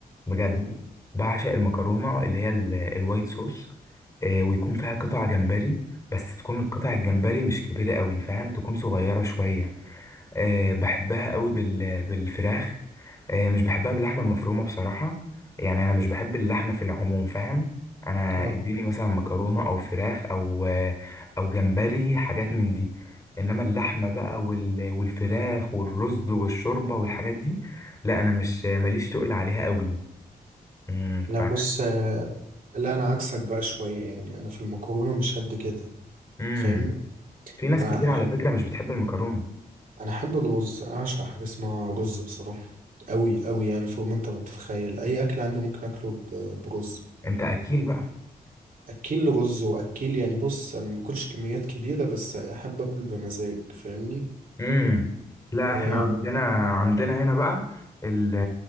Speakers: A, on the left; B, on the right.
A: بجد
B: مم.
A: بعشق المكرونة اللي هي ال- الوايت صوص آه ويكون فيها قطع جمبري بس تكون القطع الجمبري مش كبيرة قوي فاهم تكون صغيرة شوية آه بحبها قوي بال بالفراخ آه، مش بحبها باللحمه المفرومه بصراحه يعني انا مش بحب اللحمه في العموم فاهم انا
B: اه
A: اديني مثلا مكرونه او فراخ او آه، او جمبري حاجات من دي انما اللحمه بقى وال- والفراخ والرز والشوربه والحاجات دي لا انا مش ماليش تقل عليها قوي امم
B: لا
A: ف
B: بص آه، لا أنا عكسك بقى شوية يعني أنا في المكرونة مش قد كده
A: امم
B: فاهمني
A: في ناس
B: أنا
A: كتير على فكره مش بتحب المكرونه
B: انا احب الرز اعشق حاجه اسمها رز بصراحه قوي قوي يعني فوق ما انت ما تتخيل اي اكل عندي ممكن اكله ب- برز
A: انت اكيل بقى
B: اكل رز واكل يعني بص انا ما باكلش كميات كبيره بس احب اكل بمزاج فاهمني
A: امم لا
B: يعني
A: احنا عندنا عندنا هنا بقى ال-